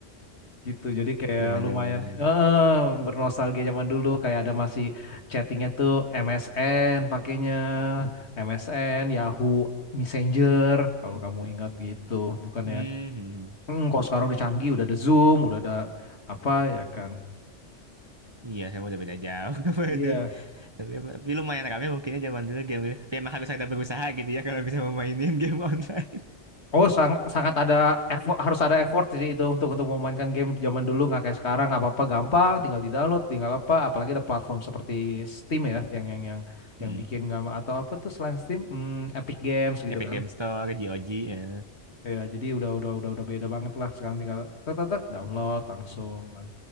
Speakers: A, on the left; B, on the right.
A: gitu jadi kayak
B: Zaman-zaman.
A: lumayan eh bernostalgia zaman dulu kayak ada masih chattingnya tuh MSN pakainya MSN Yahoo Messenger kalau kamu ingat gitu bukan
B: Hmm.
A: ya hmm, kalau sekarang udah canggih udah ada Zoom udah ada apa ya kan
B: Iya, saya udah beda jauh <laughs> sama
A: Iya,
B: itu. Tapi, tapi lumayan kami mungkinnya zaman dulu game gitu. Tapi emang harus ada berusaha gitu ya kalau bisa memainin game <laughs> online.
A: Oh, sang- sangat ada effort, harus ada effort sih itu untuk untuk memainkan game zaman dulu nggak kayak sekarang apa-apa gampang, tinggal di-download, tinggal apa, apalagi ada platform seperti Steam ya yang yang yang
B: Hmm.
A: yang bikin nggak ma- atau apa tuh selain Steam, hmm, Epic Games gitu
B: Epic
A: kan.
B: Game Store, GOG, ya.
A: eh ya jadi udah udah udah udah beda banget lah sekarang tinggal tek tek tek, download langsung Bay.